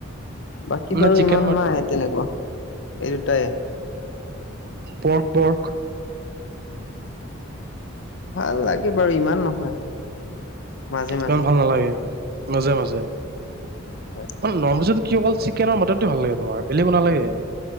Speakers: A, on the left; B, on the right.
A: বাকী
B: মানে
A: বাৰু
B: চিকেন
A: ইমান নাই তেনেকুৱা এই দুটাই
B: পৰ্ক পৰ্ক
A: ভাল লাগে বাৰু ইমান নহয় মাজে মাজে
B: ইমান ভাল নালাগে মাজে মাজে
A: হয়
B: মানে নন ভেচত কি অকল চিকেন আৰু মৰ্টনটো ভাল লাগে তোমাৰ বেলেগ নালাগে